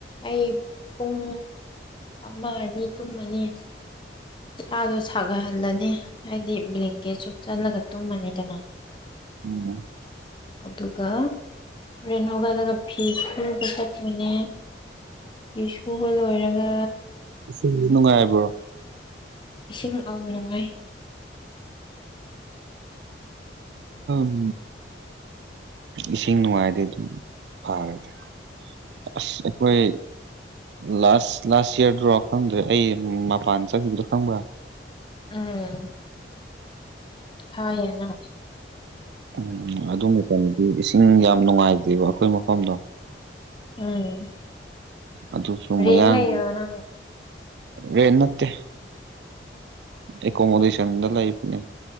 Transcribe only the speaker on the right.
ꯎꯝ
ꯁꯨ ꯅꯨꯡꯉꯥꯏꯕ꯭ꯔꯣ
ꯝ ꯏꯁꯤꯡ ꯅꯨꯡꯉꯥꯏꯗꯤ ꯑꯗꯨꯝ ꯐꯥꯔꯗ ꯑꯁ ꯑꯩꯈꯣꯏ ꯂꯥꯁ ꯂꯥꯁ ꯌꯌꯥꯔꯗ꯭ꯔꯣ ꯈꯪꯗ꯭ꯔꯦ ꯑꯩ ꯃꯄꯥꯟ ꯆꯠꯈꯤꯗ꯭ꯔꯥ ꯈꯪꯕ꯭ꯔꯥ
ꯎꯝ ꯑꯗꯨ ꯀꯗꯤ ꯏꯁꯤꯡ ꯌꯥꯝ ꯅꯨꯡꯉꯥꯏꯇꯦꯕ ꯑꯩꯈꯣꯏ ꯃꯐꯝꯗ
ꯑꯗꯨꯁꯨ
ꯃꯌꯥꯡ
ꯔꯅꯠꯇ ꯑꯦꯀꯣꯃꯣꯗꯦꯁꯟꯗ ꯂ ꯑꯩꯕꯅꯦ